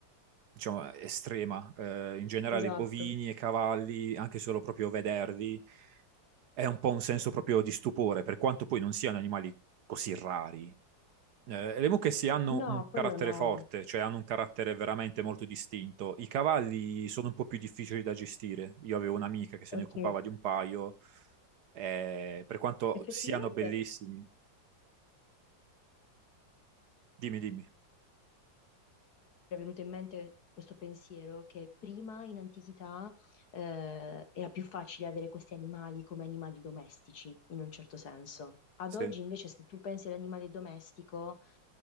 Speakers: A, on the right; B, on the left.
A: diciamo, estrema. Eh, in generale
B: Esatto.
A: bovini e cavalli, anche solo proprio vederli, è un po' un senso proprio di stupore, per quanto poi non siano animali così rari. Eh, le mucche sì hanno
B: No,
A: un
B: quello
A: carattere
B: no.
A: forte, cioè hanno un carattere veramente molto distinto. I cavalli sono un po' più difficili da gestire. Io avevo un'amica che se
B: Ok.
A: ne occupava di un paio, eh, per quanto
B: Effettivamente
A: siano bellissimi. Dimmi, dimmi.
B: era venuto in mente questo pensiero che prima in antichità eh, era più facile avere questi animali come animali domestici, in un certo senso. Ad
A: Sì.
B: oggi invece se tu pensi all'animale domestico,